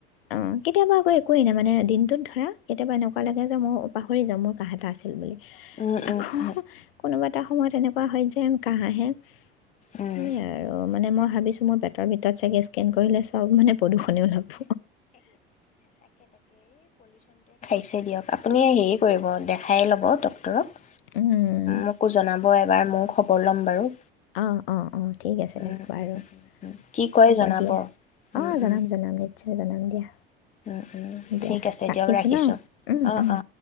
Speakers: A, on the left (about 65°); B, on the left (about 25°).
A: অ', কেতিয়াবা আকৌ একোৱেই নেমানে দিনটোত ধৰা কেতিয়াবা এনেকুৱা লাগে যে মোও পাহৰি যাওঁ মোৰ কাঁহ এটা আছিল বুলি।
B: উম উম
A: আকৌ
B: উম
A: কোনোবা এটা সময়ত এনেকুৱা হয় যেন কাহাহে
B: উম
A: সেইয়ে আৰু মানে মই ভাবিছো মই তাৰ ভিতৰত চাগে স্কেন কৰিলে চব মানে প্ৰদূৰষণেও লব।
B: ঠিক আছে দিয়ক আপুনি হেৰি কৰিব দেখায়ে ল'ব। ডক্টৰক,
A: উম,
B: মোকো জনাব এবাৰ মইও কলম বাৰু
A: অ', অ', অ', ঠিক আছে
B: উম
A: বাৰু
B: উম উম উম কি কয়
A: হ'ব
B: জনাব
A: দিয়া
B: উম
A: অ',
B: উম
A: জনাম জনাম। আচছা জনাম দিয়া।
B: উম, উম
A: দিয়া
B: ঠিক আছে
A: ৰাখিছোঁ
B: দিয়ক ৰাখিছো
A: ন
B: অ',
A: উম উম।
B: অ,।